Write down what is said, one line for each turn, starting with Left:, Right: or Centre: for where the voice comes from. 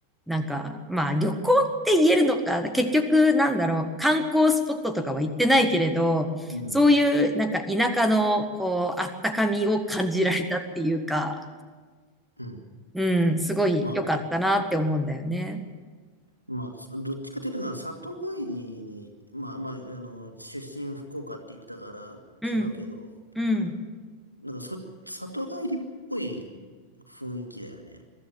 Centre: なんか、まあ旅行って言えるのか、結局なんだろう、観光スポットとかは行ってないけれど、
Left: うん。
Centre: そういうなんか田舎のこう、あったかみを感じられたっていうか、
Left: うん
Centre: うん、すごい良かったなって思うんだよね。
Left: まあ、まあ、どっちかというと、里帰りに、まあまあ、あの、出身福岡って言ってたから違うけど、
Centre: うん、
Left: なんか、
Centre: うん。
Left: なんかそ、里帰りっぽい雰囲気だよね。なん